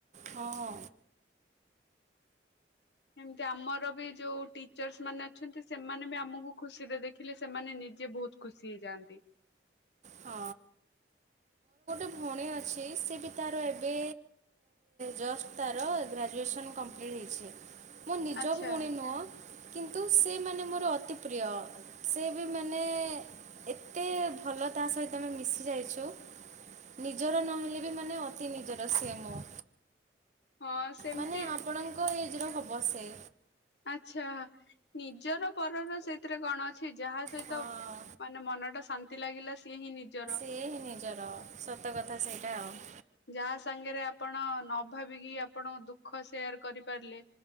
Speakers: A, on the right (about 40°); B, on the left (about 70°).
A: ହଁ।
B: ଏମିତି ଆମର ବି ଯୋଉ ଟିଚର୍ସ ମାନେ ଅଛନ୍ତି ସେମାନେ ବି ଆମକୁ ଖୁସିରେ ଦେଖିଲେ ସେମାନେ ନିଜେ ବହୁତ ଖୁସି ହେଇ ଯଆନ୍ତି।
A: ଅ ଭଉଣୀ ଅଛି ସେ ବି ତାର ଏବେ ଜଷ୍ଟ ତାର ଗ୍ରାଜୁଏସନ୍ କମ୍ପ୍ଲିଟ୍ ହେଇଛି। ମୋ ନିଜ
B: ଆଚ୍ଛା
A: ଭଉଣୀ ନୁହଁ। କିନ୍ତୁ ସେ ମାନେ ମୋର ଅତି ପ୍ରିୟ ସେ ବି ମାନେ ଏତେ ଭଲ ତା ସହିତ ଆମେ ମିଶି ଯାଇଛୁ। ନିଜର ନ ହେଲେ ବି ମାନେ ଅତି ନିଜର ସିଏ ମୋ
B: ହଁ ସେମିତି
A: ମାନେ ଆପଣଙ୍କ ଏଜ୍ ର ହବ ସେ।
B: ଆଛା ନିଜର ପରର ସେ ଥିରେ କଣ ଅଛି ଯାହା ସହିତ
A: ହଁ
B: ମାନେ ମନ ଟା ଶାନ୍ତି ଲାଗିଲା ସିଏ ହିଁ ନିଜର।
A: ସିଏ ହିଁ ନିଜର ସତ କଥା ସେଇଟା ଆଉ ‌।
B: ଯାହା ସାଙ୍ଗରେ ଆପଣ ନ ଭାବିକି ଆପଣ ଦୁଃଖ ସେୟାର କରିପାରିଲେ